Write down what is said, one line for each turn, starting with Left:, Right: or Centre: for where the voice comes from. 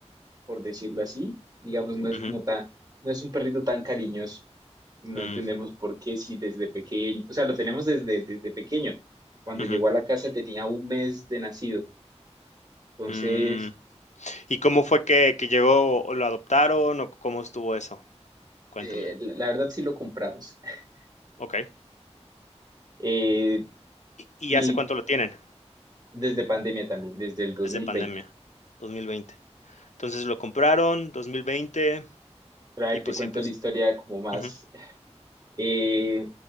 Right: por decirlo así. Digamos, no es
Left: Ujú,
Right: como tan, no es un perrito tan cariñoso. No
Left: mm,
Right: entendemos por qué si desde pequeño, o sea, lo tenemos desde, desde pequeño. Cuando
Left: ujú.
Right: llegó a la casa tenía un mes de nacido. Entonces,
Left: Mm, ¿y cómo fue que, que llegó o lo adoptaron o cómo estuvo eso? Cuéntame.
Right: eh, la la verdad sí lo compramos. <laughs>
Left: Okey.
Right: Eh,
Left: ¿Y y
Right: mi,
Left: hace cuánto lo tienen?
Right: desde pandemia también, desde el 2020.
Left: Desde pandemia, dos mil veinte Entonces, lo compraron 2020
Right: Pero a ver,
Left: y, pues,
Right: te cuento
Left: siempre
Right: la
Left: es
Right: historia como más.
Left: ujú,
Right: Eh,